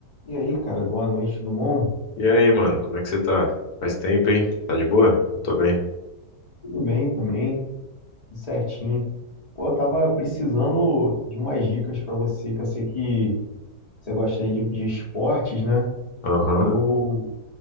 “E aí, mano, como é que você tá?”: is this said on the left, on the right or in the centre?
Left